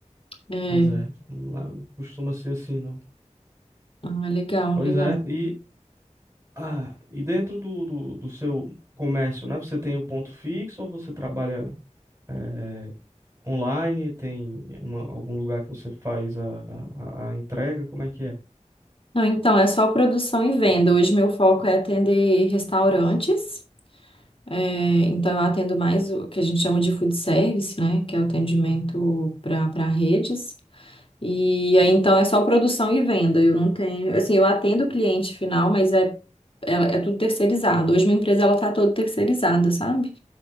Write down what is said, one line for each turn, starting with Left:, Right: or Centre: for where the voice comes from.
Left: É,
Right: Pois é, não costuma ser assim, não.
Left: ah, legal,
Right: Pois
Left: legal.
Right: é, e, ah, e dentro do, do, do seu comércio, né? Você tem o ponto fixo ou você trabalha eh, online? Tem uma- algum lugar que você faz a, a, a entrega? Como é que é?
Left: Não, então, é só produção e venda. Hoje meu foco é atender restaurantes. É, então, eu atendo mais o que a gente chama de food service, né? Que é o atendimento para para redes. E aí, então, é só produção e venda. Eu não tenho, assim, eu atendo o cliente final, mas é, é, é tudo terceirizado. Hoje minha empresa ela tá toda terceirizada, sabe?